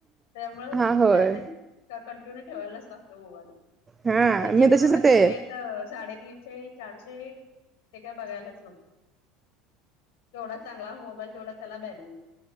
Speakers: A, on the left (about 70°); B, on the right (about 20°).
A: त्यामुळ
B: हा होय
A: बॅलन्स कंटिन्यू ठेवायलाच लागतो मोबालाईला.
B: हा
A: त्याजे
B: मी
A: पण
B: तशीच
A: आता
B: होते.
A: काय रेट हो साडेतीनशे चारशे ते काय बघायलाच नव्हतो. तेवढा चांगला मोबाईल तेवढा त्याला बॅलन्स.